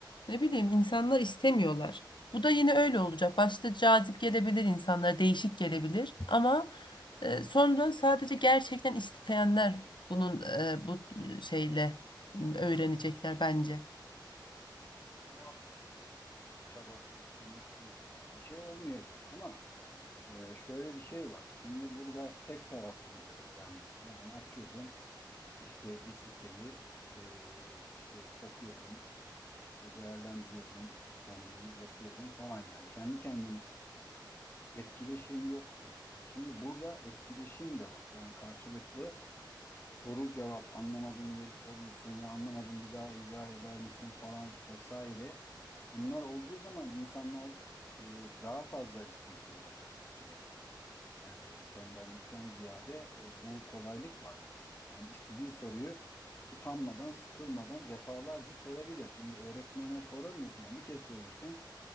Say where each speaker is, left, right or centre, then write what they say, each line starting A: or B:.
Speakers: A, on the left (about 75°); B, on the left (about 30°).
A: ne bileyim insanlar istemiyorlar. Bu da yine öyle olacak. Başta cazip gelebilir insanlar, değişik gelebilir ama e, sonra sadece gerçekten isteyenler bunun e, bu e, şeyle m, öğrenecekler bence.
B: Muhakkak öyle. Yani çabasız, emeksiz bir şey olmayacak ama e, şöyle bir şey var. Şimdi burada tek taraflıydı öğrenme. Yani açıyordun işte bir siteyi e, işte okuyordun, işte değerlendiriyordun, kendini yapıyordun falan yani. Kendi kendine ol. Etkileşim yoktu. Şimdi burada etkileşim de var. Yani karşılıklı soru cevap anlamadığın yeri soruyorsun ya anlamadın bir daha izah eder misin falan vesaire. Bunlar olduğu zaman insanlar e, daha fazla istekli olacak şeye. Yani tembellikten ziyade e, bu kolaylık var. Yani istediği soruyu utanmadan, sıkılmadan defalarca sorabilir. Şimdi öğretmene soramıyorsun yani bir kez soruyorsun.